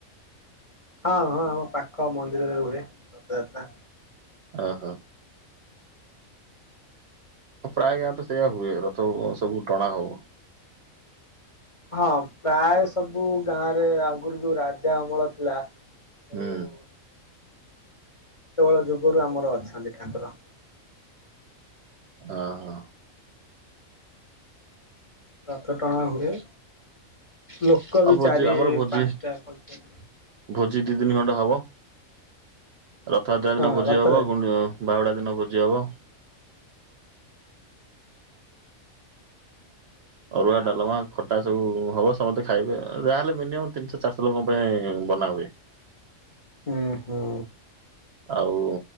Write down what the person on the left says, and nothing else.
ହଁ ହଁ ଆମ ପାଖ ମନ୍ଦିରରେ ହେଏ ରଥଯାତ୍ରା।
ହଁ ପ୍ରାୟ ସବୁ ଗାଁ ରେ ଆଗରୁ ଯୋଉ ରାଜା ଅମଳ ଥିଲା। ସବୁ
ସେତେବେଳ ଯୁଗରୁ ଆମର ଅଛନ୍ତି ଠାକୁର।
ରଥ ଟଣା ହୁଏ ଲୋକ
ବି
ଚାରି
ପାସଟା ପଞ୍ଚା
ହଁ
ରଥରେ
ଯାହା
ହଉ
ହୁଁ ହୁଁ।